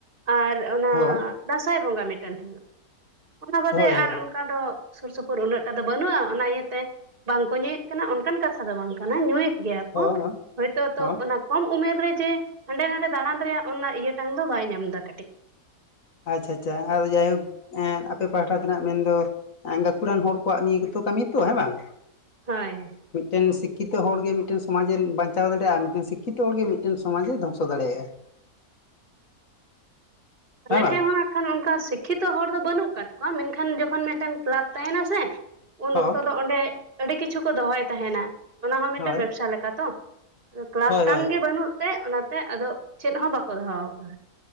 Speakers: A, on the right (about 35°); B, on the left (about 60°).
A: ᱟᱨ ᱚᱱᱟ
B: ᱦᱚ
A: ᱫᱟᱸᱥᱟᱭ ᱵᱚᱸᱜᱟ ᱢᱤᱫᱴᱮᱱ ᱦᱩᱭᱩᱜᱼᱟ ᱚᱱᱟ ᱵᱟᱫᱮ
B: ᱦᱳᱭ ᱦᱳᱭ
A: ᱟᱨ ᱚᱠᱟ ᱫᱚ ᱥᱩᱨ ᱥᱩᱯᱩᱨ ᱩᱱᱟᱹᱜ ᱴᱟ ᱫᱚ ᱵᱟᱹᱱᱩᱜᱼᱟ ᱚᱱᱟ ᱤᱭᱟᱹᱛᱮ ᱵᱟᱝᱠᱚ ᱧᱩᱭᱮᱫ ᱠᱟᱱᱟ ᱚᱱᱠᱟᱱ ᱠᱟᱛᱷᱟ ᱫᱚ ᱵᱟᱝ ᱠᱟᱱᱟ ᱧᱩᱭᱮᱫ ᱜᱮᱭᱟ
B: ᱦᱚᱸ
A: ᱠᱚ
B: ᱦᱚᱸ
A: ᱦᱳᱭᱛᱳ ᱛᱚ
B: ᱦᱚᱸ
A: ᱚᱱᱟ ᱠᱚᱢ ᱩᱢᱮᱨ ᱨᱮ ᱡᱮ ᱦᱟᱸᱰᱮ ᱱᱟᱰᱮ ᱫᱟᱬᱟᱱ ᱨᱮᱭᱟᱜ ᱚᱱᱟ ᱤᱭᱟᱹᱴᱟᱝ ᱫᱚ ᱵᱟᱭ ᱧᱟᱢ ᱮᱫᱟ ᱠᱟᱹᱴᱤᱡ
B: ᱟᱪᱪᱷᱟ ᱟᱪᱪᱷᱟ ᱟᱫᱚ ᱡᱟᱭᱦᱳᱠ ᱟᱯᱮ ᱯᱟᱦᱴᱟ ᱫᱚᱱᱟᱜ ᱢᱮᱱ ᱫᱚ ᱜᱟᱹᱠᱷᱩᱲᱟᱱ ᱦᱚᱲ ᱠᱚᱣᱟᱜ ᱱᱤᱭᱟᱹ ᱜᱮᱛᱚ ᱠᱟᱹᱢᱤ ᱛᱚ ᱦᱮᱸ ᱵᱟᱝ?
A: ᱦᱳᱭ
B: ᱢᱤᱫᱴᱮᱱ ᱥᱤᱠᱠᱷᱤᱛᱚ ᱦᱚᱲᱜᱮ ᱢᱤᱫᱴᱮᱱ ᱥᱚᱢᱟᱡᱽᱮ ᱵᱟᱧᱪᱟᱣ ᱫᱟᱲᱮᱭᱟᱜᱼᱟ ᱢᱤᱫᱴᱮᱱ ᱥᱤᱠᱠᱷᱤᱛᱚ ᱦᱚᱲᱜᱮ ᱢᱤᱫᱴᱮᱱ ᱥᱚᱢᱟᱡᱽ ᱮ ᱫᱷᱚᱝᱥᱚ ᱫᱟᱲᱮᱭᱟᱜᱼᱟ᱾
A: ᱟᱞᱮ
B: ᱦᱮᱸ ᱵᱟᱝ
A: ᱴᱷᱮᱡ ᱦᱚᱸ ᱱᱟᱜ ᱠᱷᱟᱱ ᱚᱱᱠᱟ ᱥᱤᱠᱠᱷᱤᱛᱚ ᱦᱚᱲ ᱫᱚ ᱵᱟᱹᱱᱩᱜ ᱟᱠᱟᱫ ᱠᱚᱣᱟ ᱢᱮᱱᱠᱷᱟᱱ ᱡᱚᱠᱷᱚᱱ ᱢᱤᱫᱴᱮᱱ ᱠᱮᱞᱟᱯ ᱛᱟᱦᱮᱱᱟ ᱥᱮ ᱩᱱ
B: ᱦᱚ
A: ᱚᱠᱛᱚ ᱫᱚ ᱚᱸᱰᱮ ᱟᱹᱰᱤ ᱠᱤᱪᱷᱩ ᱠᱚ ᱫᱚᱦᱚᱭ ᱛᱟᱦᱮᱱᱟ ᱚᱱᱟ ᱦᱚᱸ ᱢᱤᱫᱴᱮᱱ
B: ᱦᱳᱭ
A: ᱵᱮᱵᱥᱟ ᱞᱮᱠᱟ ᱛᱚ ᱟᱫᱚ ᱠᱞᱟᱯ
B: ᱦᱳᱭ
A: ᱴᱟᱝ
B: ᱦᱳᱭ
A: ᱜᱮ ᱵᱟᱹᱱᱩᱜ ᱛᱮ ᱚᱱᱟᱛᱮ ᱟᱫᱚ ᱪᱮᱫ ᱦᱚᱸ ᱵᱟᱠᱚ ᱫᱚᱦᱚ ᱟᱠᱟᱫᱟ